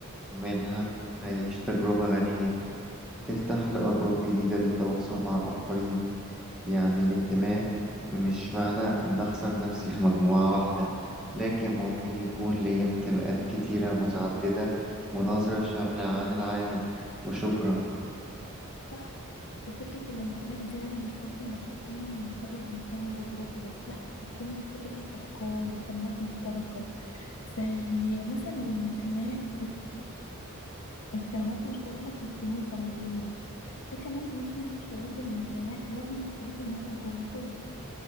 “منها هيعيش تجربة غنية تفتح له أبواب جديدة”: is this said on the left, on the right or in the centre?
Centre